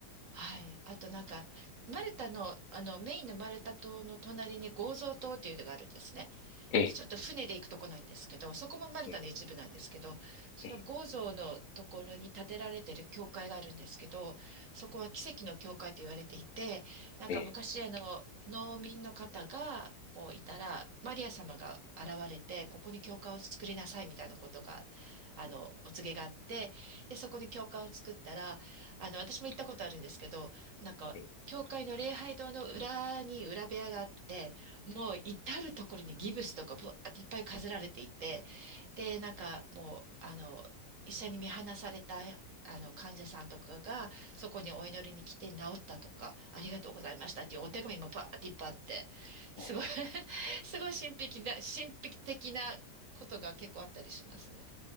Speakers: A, on the right; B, on the left.
A: はい。あとなんか、マルタの、あの、メインのマルタ島の隣にゴーゾー島っていうのがあるんですね。
B: ええ
A: で、ちょっと船で行くとこなんですけど、そこもマルタの一部なんですけど、
B: ええ
A: そのゴーゾーのところに建てられてる教会があるんですけど、
B: ええ
A: そこは奇跡の教会と言われていて、なんか昔、
B: ええ
A: あの、農民の方が、こういたら、マリア様が現れて、ここに教会を作りなさいみたいなことが、あの、お告げがあって、で、そこに教会を作ったら、あの、私も行ったことあるんですけど、なんか、
B: ええ
A: 教会の礼拝堂の裏に裏部屋があって、もう至るところにギブスとかぶわーっていっぱい飾られていて、で、なんかもう、あの、医者に見放された、あの、患者さんとかが、そこにお祈りに来て治ったとか、ありがとうございましたっていうお手紙もバーっていっぱいあって、すごい
B: え
A: <laughs> すごい神秘的な、神秘的なことが結構あったりしますね。